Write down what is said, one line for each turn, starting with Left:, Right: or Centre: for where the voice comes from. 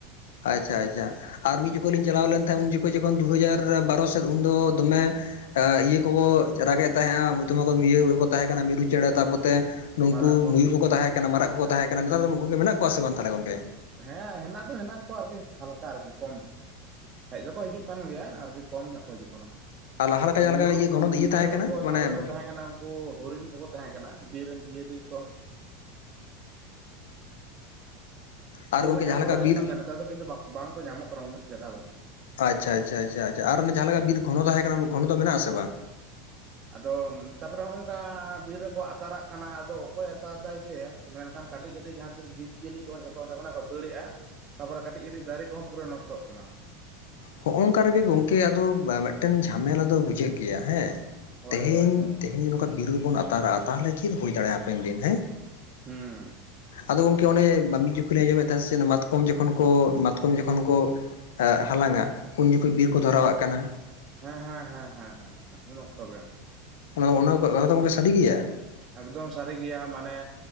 Left: ᱟᱪᱪᱷᱟ ᱟᱪᱪᱷᱟ ᱟᱨ ᱢᱤᱫ
Right: ᱦᱮᱸ
Left: ᱡᱚᱠᱷᱚᱡ ᱞᱤᱧ ᱪᱟᱞᱟᱣ ᱞᱮᱱ ᱛᱟᱦᱮᱸᱫ ᱩᱱ ᱡᱚᱠᱷᱚᱡ ᱡᱚᱠᱷᱚᱱ ᱫᱩ ᱦᱟᱡᱟᱨ ᱵᱟᱨᱚ ᱥᱮᱫ ᱩᱱᱫᱚ ᱫᱚᱢᱮ ᱮ ᱤᱭᱟᱹ ᱠᱚᱠᱚ ᱨᱟᱜᱮᱫ ᱛᱟᱦᱮᱸᱱᱟ ᱛᱢᱟ <inaudible> ᱠᱚ ᱤᱭᱟᱹ ᱠᱚᱠᱚ ᱛᱟᱦᱮᱸ ᱠᱟᱱᱟ ᱢᱤᱨᱩ ᱪᱮᱬᱮ ᱛᱟᱨᱯᱚᱨ ᱛᱮ ᱱᱩᱠᱩ
Right: ᱢᱟᱨᱟᱜ ᱠᱚ
Left: ᱢᱚᱭᱩᱨ ᱠᱚᱠᱚ ᱛᱟᱦᱮᱸ ᱠᱟᱱᱟ, ᱢᱟᱨᱟᱜ ᱠᱚᱠᱚ ᱛᱟᱦᱮᱸ ᱠᱟᱱᱟ ᱱᱮᱛᱟᱨ ᱫᱚ ᱱᱩᱠᱩ ᱜᱮ ᱢᱮᱱᱟᱜ ᱠᱚᱣᱟ ᱥᱮ ᱵᱟᱝ? ᱛᱟᱦᱚᱞᱮ ᱜᱚᱝᱠᱮ
Right: ᱦᱮᱸ ᱦᱮᱱᱟᱜ ᱫᱚ ᱦᱮᱱᱟᱜ ᱠᱚᱣᱟ ᱟᱨᱠᱤ ᱦᱟᱞᱠᱟ ᱟᱨᱠᱤ ᱠᱚᱢ᱾ ᱦᱮᱡ ᱫᱚ ᱠᱚ ᱦᱤᱡᱩᱜ ᱠᱟᱱ ᱜᱮᱭᱟ ᱟᱨᱠᱤ ᱠᱚᱢ ᱧᱚᱜ ᱠᱚ ᱦᱤᱡᱩᱜ ᱠᱟᱱᱟ᱾
Left: ᱟᱨ ᱞᱟᱦᱟ ᱞᱮᱠᱟ ᱡᱟᱦᱟᱸ
Right: ᱢᱚᱭᱩᱨ
Left: ᱞᱮᱠᱟ ᱤᱭᱟᱹ ᱜᱷᱚᱱᱚ
Right: ᱠᱚ
Left: ᱤᱭᱟᱹ ᱛᱟᱦᱮᱸ
Right: ᱢᱚᱭᱩᱨ
Left: ᱠᱟᱱᱟ
Right: ᱠᱚ
Left: ᱢᱟᱱᱮ
Right: ᱛᱟᱯᱚᱨᱮ ᱠᱚ ᱛᱟᱦᱮᱸᱠᱟᱱᱟ ᱩᱱ <inaudible> ᱩᱱᱠᱩ ᱦᱚᱨᱤᱱ ᱠᱚᱠᱚ ᱛᱟᱦᱮᱸ ᱠᱟᱱᱟ ᱵᱤᱨ ᱨᱮᱱ ᱡᱤᱭᱟᱹᱞᱤ ᱠᱚ ᱩᱱᱠᱩ
Left: ᱟᱨ ᱜᱚᱝᱠᱮ
Right: ᱠᱚ ᱧᱟᱢ
Left: ᱡᱟᱦᱟᱸ ᱞᱮᱠᱟ
Right: ᱵᱟᱲᱟ
Left: ᱵᱤᱨ
Right: ᱦᱩᱭᱩᱜ ᱠᱟᱱ ᱛᱟᱦᱮᱸ ᱱᱮᱛᱟᱨ ᱫᱚ ᱠᱤᱱᱛᱩ ᱵᱟᱝ ᱠᱚ ᱧᱟᱢᱚᱜ ᱠᱟᱱᱟ ᱩᱱᱟᱹᱜ ᱪᱮᱦᱨᱟ ᱫᱚ᱾
Left: ᱟᱪᱪᱷᱟ ᱟᱪᱪᱷᱟ ᱟᱪᱪᱷᱟ ᱟᱪᱪᱷᱟ ᱟᱨ ᱚᱱᱮ ᱡᱟᱦᱟᱸ ᱞᱮᱠᱟ ᱵᱤᱨ ᱜᱷᱚᱱᱚ ᱛᱟᱦᱮᱸ ᱠᱟᱱᱟ ᱚᱱᱟ ᱜᱷᱚᱱ ᱫᱚ ᱢᱮᱱᱟᱜᱼᱟ ᱥᱮ ᱵᱟᱝ?
Right: ᱟᱫᱚ ᱛᱟᱯᱚᱨᱮ ᱦᱚᱸᱜ ᱚᱭ ᱱᱚᱝᱠᱟ ᱵᱤᱨ ᱨᱮ ᱠᱚ ᱟᱛᱟᱨᱟᱜ ᱠᱟᱱᱟ ᱟᱫᱚ ᱚᱠᱚᱭ ᱟᱛᱟᱨ ᱫᱟᱭ ᱡᱮ ᱢᱮᱱ ᱠᱷᱟᱱ ᱠᱟᱹᱴᱤᱡ ᱠᱟᱹᱴᱤᱡ ᱡᱟᱦᱟᱸ ᱛᱤᱱᱟᱹᱜ ᱡᱤᱵᱽ ᱡᱤᱭᱟᱹᱞᱤ ᱠᱚ ᱦᱚᱸ ᱡᱚᱛᱚ ᱚᱸᱰᱮ ᱠᱷᱚᱱᱟᱜ ᱠᱚ ᱫᱟᱹᱲᱮᱜᱼᱟ᱾ ᱛᱟᱯᱚᱨᱮ ᱠᱟᱹᱴᱤᱡ ᱠᱟᱹᱴᱤᱡ ᱫᱟᱨᱮ ᱠᱚᱦᱚᱸ ᱯᱩᱨᱟᱹ ᱱᱚᱥᱴᱚᱜ ᱠᱟᱱᱟ᱾
Left: ᱦᱚᱜ ᱚᱝᱠᱟ ᱨᱮᱜᱮ ᱜᱚᱝᱠᱮ ᱟᱫᱚ ᱢᱤᱫᱴᱮᱱ ᱡᱷᱟᱢᱮᱞᱟ ᱫᱚ ᱵᱩᱡᱷᱟᱹᱜ ᱜᱮᱭᱟ ᱦᱮᱸ
Right: ᱦᱳᱭ
Left: ᱛᱮᱦᱮᱸᱧ
Right: ᱦᱳᱭ ᱦᱳᱭ
Left: ᱛᱮ ᱛᱮᱦᱮᱧ ᱱᱚᱝᱠᱟ ᱵᱤᱨ ᱨᱮ ᱵᱚᱱ ᱟᱛᱟᱨᱟᱜᱼᱟ, ᱛᱟᱦᱚᱞᱮ ᱪᱮᱫ ᱦᱩᱭ ᱫᱟᱲᱮᱭᱟᱜᱼᱟ ᱦᱟᱯᱮᱱ ᱫᱤᱱ ᱦᱮᱸ?
Right: ᱦᱮᱸ
Left: ᱟᱫᱚ ᱜᱚᱝᱠᱮ ᱚᱱᱮ ᱢᱤᱫ ᱡᱚᱠᱷᱚᱡ ᱞᱤᱧ ᱟᱸᱡᱚᱢᱮᱫ ᱛᱟᱦᱮᱸ ᱥᱮ ᱢᱟᱛᱠᱚᱢ ᱡᱚᱠᱷᱚᱱ ᱠᱚ ᱢᱟᱛᱠᱚᱢ ᱡᱚᱠᱷᱚᱱ ᱠᱚ ᱦᱮᱸ ᱦᱟᱞᱟᱝᱼᱟ ᱩᱱ ᱡᱚᱠᱷᱚᱱ
Right: ᱦᱮ,
Left: ᱵᱤᱨ ᱠᱚ ᱫᱷᱚᱨᱟᱣᱟᱜ ᱠᱟᱱᱟ
Right: ᱸ ᱦᱮᱸ ᱦᱮᱸ ᱦᱮᱸ ᱦᱮᱸ ᱦᱮᱸ ᱦᱮᱸ ᱩᱱ ᱚᱠᱛᱚ ᱜᱮ᱾
Left: ᱚᱱᱟ ᱠᱚ ᱚᱱᱟ ᱠᱚ ᱠᱟᱛᱷᱟ ᱫᱚ ᱜᱚᱝᱠᱮ ᱥᱟᱹᱨᱤ ᱜᱮᱭᱟ?
Right: ᱮᱠᱫᱚᱢ ᱥᱟᱹᱨᱤ ᱜᱮᱭᱟ ᱢᱟᱱᱮ